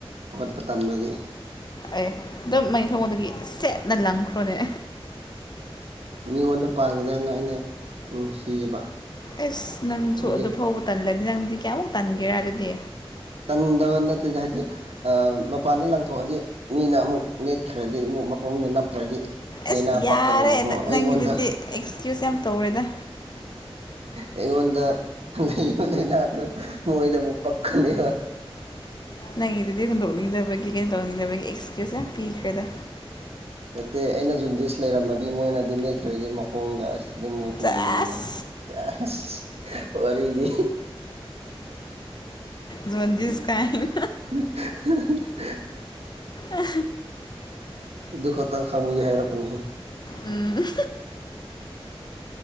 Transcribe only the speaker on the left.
ꯑꯦ ꯑꯗꯨꯝ ꯃꯩꯅ ꯐꯉꯣꯟꯗꯒꯤ ꯁꯦꯠꯅ ꯂꯪꯈ꯭ꯔꯣꯅꯦ
ꯑꯦꯁ ꯅꯪꯁꯨ
ꯑꯗꯨ ꯐꯥꯎꯕ ꯇꯜꯂꯗꯤ ꯅꯪꯗꯤ ꯀꯌꯥꯃꯨꯛ ꯇꯟꯒꯦꯔꯥ ꯑꯗꯨꯗꯤ꯫
ꯑꯁ ꯌꯥꯔꯦ
ꯅꯪꯒꯤꯗꯨꯗꯤ ꯑꯦꯛꯁꯀ꯭ꯌꯨꯁ ꯌꯥꯝ ꯇꯧꯔꯦꯗ
ꯅꯪꯒꯤꯗꯨꯗꯤ ꯍꯨꯟꯗꯣꯛꯅꯤꯡꯗꯕꯒꯤ ꯀꯩꯅꯣ ꯇꯧꯅꯤꯡꯗꯕꯒꯤ ꯑꯦꯛꯁꯀ꯭ꯌꯨꯁ ꯌꯥꯝ ꯄꯤꯈ꯭ꯔꯦꯗ꯫
ꯆꯁ
ꯖꯣꯟꯗꯤꯁ ꯀꯥꯏꯅ
ꯑ
ꯎꯝ